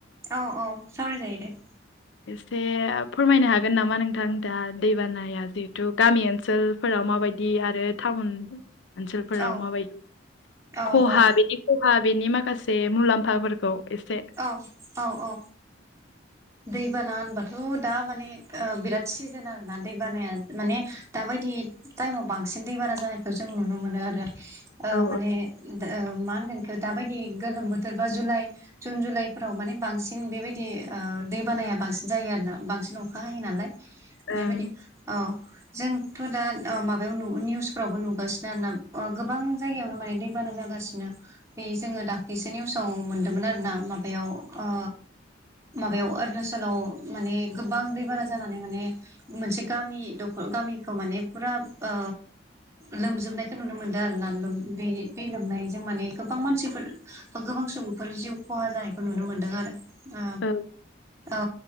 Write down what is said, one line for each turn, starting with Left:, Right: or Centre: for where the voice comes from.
Right: औ औ सावरायजायो दे
Left: एसे फोरमायनो हागोन नामा नोंथां दा दैबानाया जिहेथु गामि ओनसोल फोराव माबायदि आरो टाउन ओनसोलफोराव
Right: औ
Left: माबायदि
Right: औ
Left: खहा
Right: औ
Left: बेनि सहा बेनि माखासे मुलाम्फाफोरखौ एसे
Right: औ औ औ दैबाना होनबाथ' दा माने बिराद सिजोन आरोना दैबानाया माने दाबायदि टाइमाव बांसिन दै बाना जानायखौ जों नुनो मोनो आरो
Left: औ
Right: माने मा होनगोन दाबायदि गोलोम बोथोर बा जुलाइ जुन जुलाइफोराव माने बांसिन बेबायदि ओ दैबानाया बांसिन जायो आरोना बांसिन न अखा हायो नालाय
Left: ओं
Right: बेबायदि औ जों थ' दा ओ माबायाव नु निउसफ्रावबो नुगासिनो आरोना ओ गोबां जायगायावनो माने दैबाना जागासिनो। बे जोंङो दाख्लिसो निउसाव मोनदोंमोन आरो ना माबायाव ओ माबायाव अरुणाचलाव माने गोबां दैबाना जानानै माने मोनसे गामि दखल गामिखौ माने फुरा ओ लोमजोबनायखौ नुनो मोनदों आरो ना लोम बे बे लोमनायजों माने गोबां मानसिफोर गोबां सुबुंफोर जिउ खहा जानायखौ नुनो मोनदों आरो ओ
Left: औ
Right: ओ